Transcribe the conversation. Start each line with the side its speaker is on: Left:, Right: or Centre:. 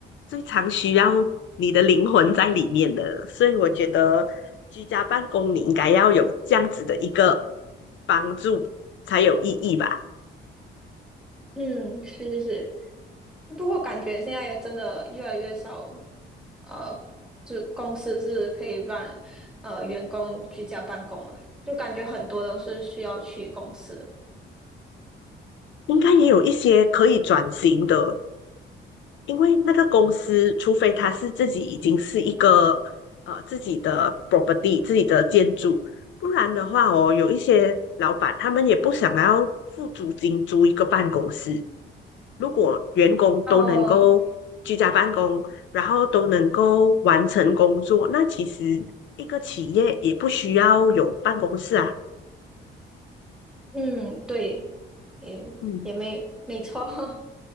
Left: 最常需要你的灵魂在里面的，所以我觉得居家办公你应该要有这样子的一个帮助才有意义吧。
Centre: 嗯，是是是，不过感觉现在也真的越来越少，呃，就公司是可以让呃员工居家办公了，就感觉很多都是需要去公司。
Left: 应该也有一些可以转型的，因为那个公司，除非他是自己已经是一个呃自己的 property、自己的建筑，不然的话哦，有一些老板他们也不想要付租金租一个办公室。如果员工都能够居家办公，
Centre: 呃，
Left: 然后都能够完成工作，那其实一个企业也不需要有办公室啊。
Centre: 嗯，对，也也没没错，
Left: 嗯，
Centre: <laughs>